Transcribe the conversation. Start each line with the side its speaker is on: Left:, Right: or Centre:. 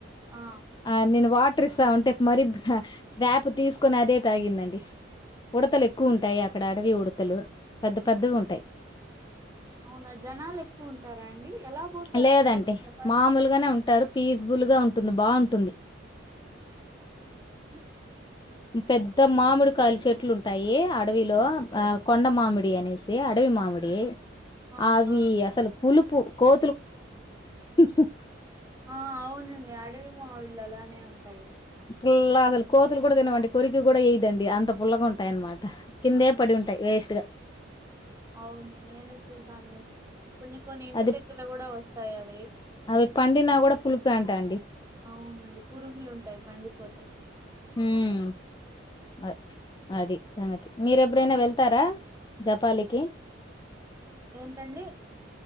Right: ఆ
Left: ఆడు నిన్ను వాడ్ ట్రీస్స ఉంటే మరి ట్రాప్ తీసుకొని అదే తాగిందండి ఉడతలు ఎక్కువ ఉంటాయి అక్కడ అడవి ఉడతలు పెద్ద పెద్దగా ఉంటాయి
Right: అవునా జనాలు ఎక్కువ ఉంటారా అండి ఎలా పోతారు
Left: లేదండి
Right: జపాలికి
Left: మామూలుగానే ఉంటారు ప్లీజ్ బుల్ గా ఉంటుంది బాగుంటుంది
Right: హ్మ్.
Left: పెద్ద మామిడి కాయలు చెట్లు ఉంటాయి అడవిలో ఆ కొండ మామిడి అనేసి అడవి మామిడి
Right: అవును
Left: ఆవి
Right: ఆ
Left: అసలు పులుపు కో <unintelligible>
Right: ఆ అవునండి అడవి మావిళ్ళు అలానే ఉంటాయి
Left: పుల్ల అసలు కోతులు కూడా తినవండి కొరికి కూడా వెయ్యదండి అంత పుల్లగా ఉంటాయి అనమాట కిందే
Right: ఆ
Left: పడి ఉంటాయి వేస్ట్ యా
Right: అవును నేను చూసాను కొన్ని కొన్ని ఇంటి
Left: అది
Right: దగ్గరలో కూడా వస్తాయి అవి
Left: అవి పండినా కూడా పులిపే అంట అండి
Right: అవును పురుగులు ఉంటాయి పండిపో <inaudible> <inaudible>
Left: ఉమ్ అ- అది సంగతి మీరెప్పుడైనా వెళ్తారా జపాలికి
Right: ఏంటండి